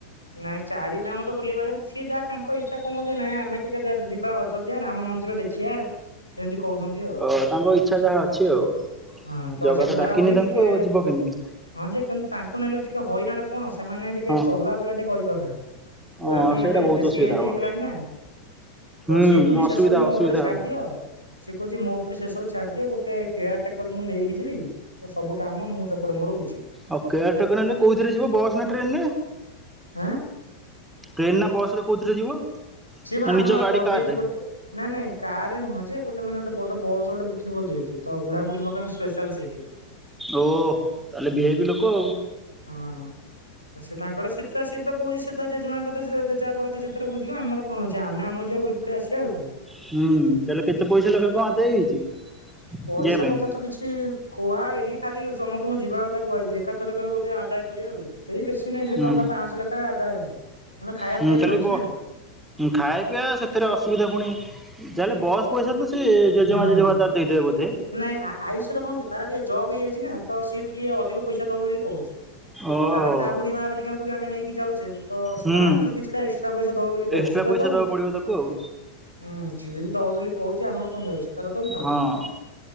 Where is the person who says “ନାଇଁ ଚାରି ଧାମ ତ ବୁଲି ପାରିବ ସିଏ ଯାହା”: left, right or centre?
Left